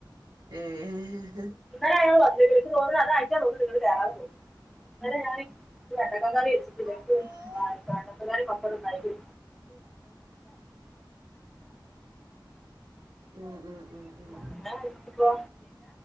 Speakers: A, on the right (about 70°); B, in the centre.
A: ഏഹ്
B: ഇന്നലെ അയാള് വന്നിന് ഓള് അതായിട്ടാ തോന്നുണു ഇങ്ങട് കേറാത്തെ ഇന്നലെ ഞാൻ ചിക്കൻ കറി വെച്ചിട്ട് <unintelligible>
A: ആഹ്
B: ചിക്കൻ കറിയും പപ്പടവും ഇണ്ടായിരുന്നു
A: ഉം ഉം
B: <unintelligible>
A: ഉം
B: ഒരു